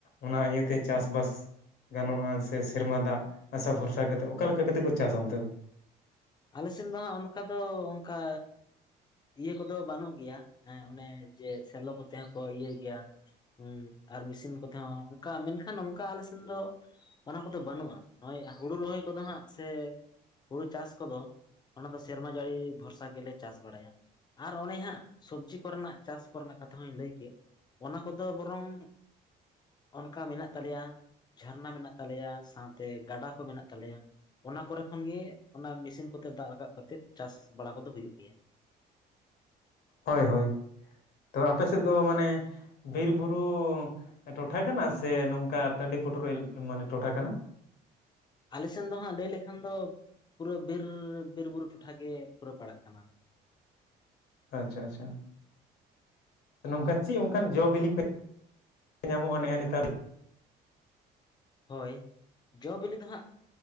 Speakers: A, on the left; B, on the left.
A: ᱚᱱᱟ ᱤᱭᱟᱹᱛᱮ ᱪᱟᱥᱼᱵᱟᱥ ᱜᱟᱱᱚᱜᱼᱟ ᱥᱮ ᱥᱮᱨᱢᱟ ᱫᱟᱜᱽ ᱟᱥᱟ ᱵᱷᱚᱨᱥᱟ ᱠᱟᱛᱮᱫ ᱚᱠᱟ ᱞᱮᱠᱟ ᱠᱟᱛᱮᱫ ᱠᱚ ᱪᱟᱥᱟ ᱚᱱᱛᱮ ᱫᱚ?
B: ᱟᱞᱮ ᱥᱮᱱ ᱫᱚ ᱦᱟᱸᱜ ᱚᱱᱠᱟ ᱫᱚ ᱚᱱᱠᱟ ᱤᱭᱟᱹ ᱠᱚᱫᱚ ᱵᱟᱹᱱᱩᱜ ᱜᱮᱭᱟ ᱦᱮᱸ ᱚᱱᱮ ᱡᱮ ᱥᱮᱞᱚ ᱠᱚᱛᱮ ᱦᱟᱸᱜ ᱠᱚ ᱤᱭᱟᱹ ᱜᱮᱭᱟ᱾ ᱦᱩᱸ ᱟᱨ ᱢᱮᱥᱤᱱ ᱠᱚᱛᱮ ᱦᱚᱸ ᱚᱱᱠᱟ ᱢᱮᱱᱠᱷᱟᱱ ᱚᱱᱠᱟ ᱟᱞᱮ ᱥᱮᱱ ᱫᱚ- ᱚᱱᱟ ᱠᱚᱫᱚ ᱵᱟᱹᱱᱩᱜᱼᱟ, ᱱᱚᱜᱼᱚᱭ ᱦᱩᱲᱩ ᱨᱚᱦᱚᱭ ᱠᱚᱫᱚ ᱦᱟᱸᱜ ᱥᱮ ᱦᱩᱲᱩ ᱪᱟᱥ ᱠᱚᱫᱚ ᱚᱱᱟ ᱫᱚ ᱥᱮᱨᱢᱟ ᱡᱟᱹᱲᱤ ᱵᱷᱚᱨᱥᱟ ᱜᱮᱞᱮ ᱪᱟᱥ ᱵᱟᱲᱟᱭᱟ᱾ ᱟᱨ ᱚᱱᱮ ᱦᱟᱸᱜ ᱥᱚᱵᱽᱡᱤ ᱠᱚᱨᱮᱱᱟᱜ ᱪᱟᱥ ᱠᱚᱨᱮᱱᱟᱜ ᱠᱟᱛᱷᱟ ᱦᱚᱧ ᱞᱟᱹᱭ ᱠᱮᱫ, ᱚᱱᱟ ᱠᱚᱫᱚ ᱵᱚᱨᱚᱝ ᱚᱱᱠᱟ ᱢᱮᱱᱟᱜ ᱛᱟᱞᱮᱭᱟ, ᱡᱷᱟᱨᱱᱟ ᱢᱮᱱᱟᱜ ᱛᱟᱞᱮᱭᱟ ᱥᱟᱶᱛᱮ ᱜᱟᱰᱟ ᱠᱚ ᱢᱮᱱᱟᱜ ᱛᱟᱞᱮᱭᱟ ᱚᱱᱟ ᱠᱚᱨᱮ ᱠᱷᱚᱱ ᱜᱮ ᱚᱱᱟ ᱢᱮᱥᱤᱱ ᱠᱚᱛᱮ ᱫᱟᱜ ᱨᱟᱠᱟᱵ ᱠᱟᱛᱮᱜ ᱪᱟᱥ ᱵᱟᱲᱟ ᱠᱚᱫᱚ ᱦᱩᱭᱩᱜ ᱜᱮᱭᱟ᱾
A: ᱦᱳᱭ ᱦᱳᱭ, ᱛᱚᱵᱮ ᱟᱯᱮ ᱥᱮᱫ ᱫᱚ ᱢᱟᱱᱮ ᱵᱤᱨ ᱵᱩᱨᱩ ᱴᱚᱴᱷᱟ ᱠᱟᱱᱟ ᱥᱮ ᱱᱚᱝᱠᱟ ᱴᱟᱺᱰᱤ ᱯᱩᱴᱩᱨ ᱮᱞ ᱢᱟᱱᱮ ᱴᱚᱴᱷᱟ ᱠᱟᱱᱟ?
B: ᱟᱞᱮ ᱥᱮᱱ ᱫᱚ ᱦᱟᱸᱜ ᱞᱟᱹᱭ ᱞᱮᱠᱷᱟᱱ ᱫᱚ ᱯᱩᱨᱟᱹ ᱵᱤᱨ ᱵᱤᱨᱵᱩᱨᱩ ᱴᱚᱴᱷᱟ ᱜᱮ ᱯᱩᱨᱟᱹ ᱯᱟᱲᱟᱜ ᱠᱟᱱᱟ᱾
A: ᱟᱪᱪᱷᱟ ᱟᱪᱪᱷᱟ᱾ ᱱᱚᱝᱠᱟ ᱪᱮᱜ ᱚᱱᱠᱟᱱ ᱡᱚ ᱵᱤᱞᱤ ᱠᱚ ᱧᱟᱢᱚᱜᱼᱟ ᱱᱮᱜᱼᱮ ᱱᱮᱛᱟᱨ?
B: ᱦᱳᱭ, ᱡᱚ ᱵᱤᱞᱤ ᱫᱚ ᱦᱟᱸᱜ,